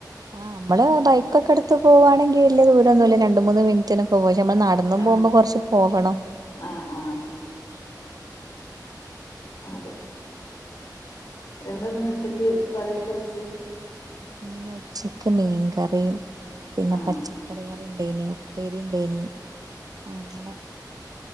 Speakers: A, on the right; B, on the left.
A: ആ നമ്മള് ബൈക്കൊക്കെ ട്ത്ത് പോവാണെങ്കിൽ വല്യ ദൂരം ഒന്നുമല്ല ര ണ്ട്മൂന്ന് മിൻറ്റിനൊക്കെ പോയി നമ്മൾ നടന്ന്
B: ആ
A: പോകുമ്പോ കൊറച്ച് പോകണം
B: ആ ആ അത് എന്താന്നു ച്ചക്ക് കറിയൊക്കെ വെച്ചേ
A: ന്ന് ഉച്ചക്ക് മീൻകറിപിന്നെ
B: ആഹ്
A: പച്ചക്കറി കറി ണ്ടേനി ഉപ്പേരി ണ്ടേനി ആ അങ്ങനെ